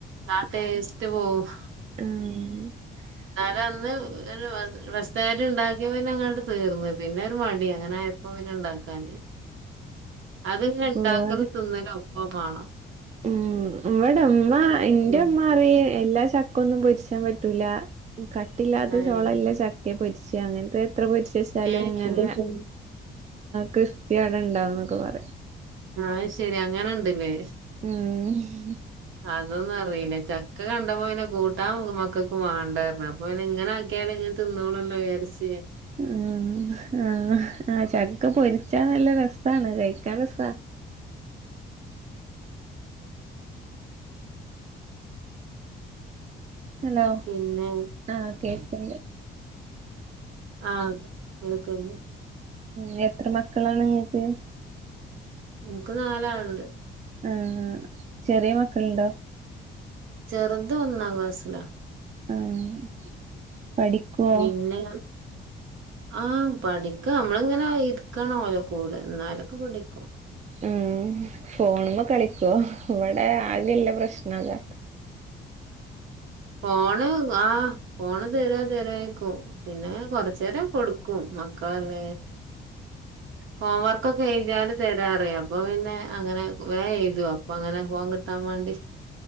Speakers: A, on the right; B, on the right.
A: ആ ടേസ്റ്റ് പോവും
B: ആഹ് <unintelligible>
A: തന്ന് ഫസ്റ്റയിട്ട് ഉണ്ടാക്കിയപ്പന്നെങ്ങനെ തീർന്ന് പിന്നെ ഒരു മടി അങ്ങനെ ആയപ്പോ പിന്നെ ണ്ടാക്കാന്. അത്ങ്ങനെ ഉണ്ടാക്കുന്ന
B: ആഹ്
A: തിന്നിണോം ഒപ്പവണം
B: ഉം ഇവടെ മ്മ
A: എടുത്ത്
B: എന്റെ മ്മ അറിയും എല്ലാ ചക്കൊന്നും പൊരിച്ചാൻ പറ്റൂല കട്ടില്ലാത്ത
A: ഏഹ്
B: ചോളല്ല ചക്കെ പൊരിച്ച അങ്ങനത്തെ എത്ര പൊരിച്ചച്ചാലും
A: ഏഹ്
B: ഇങ്ങനെ ക്രിസ്പിഅടണ്ടാവും എന്നൊക്കെ പറ
A: ആഹ് ശരി അങ്ങനെ ഇണ്ടല്ലേ
B: ഉം
A: അതൊന്ന ല്ല ചക്ക കണ്ടപ്പോ പിന്നെ കൂട്ടാ മക്കക്ക് വാണ്ടാർഞു അപ്പൊ പിന്നെ ഇങ്ങനെ ആക്കിയാല തിന്നോലൊ <inaudible>
B: ഉ ആഹആ ചക്ക പോരിച്ചു ച്ചാ നല്ല രസമാണ് കഴിക്കാൻ രസ ഹലോ
A: പിന്നെ
B: ആ കേക്കേ
A: ആ എടുത്തണ്ട്
B: ഉ എത്ര മക്കളാണ്ങ്ങക്ക്
A: നിക്ക് നാലാളുണ്ട്
B: ആ ചെറിയ മക്കൾണ്ടോ
A: ചെറുത് ഒന്നാം ക്ലാസ്സില
B: ആഹ് പഠിക്കുവോ
A: പിന്നെ ആഹ് പഠിക്ക നമ്മളിങ്ങനെ ഇരിക്കണ ഓലോ കൂട് എന്നാലൊക്കെ പഠിക്ക
B: ഉം ഫോണ്മ്മെ കളിക്കുവോ ഇവിടെ അതിനല്ല പ്രശ്നം അതാ
A: ഫോണ് ആഹ ഫോണ് തരാ തരാേക്കും പിന്നെ കൊറച്ച നേര കൊടുക്കും മകളല്ല ഹോംവർക്കക്ക ചെയതല് തരാറ അപ്പൊ പിന്നെ അങ്ങനെ വേ ചെയയ്തു അപ്പൊ അങ്ങനെ ഫോം കിട്ടാൻ വേണ്ടി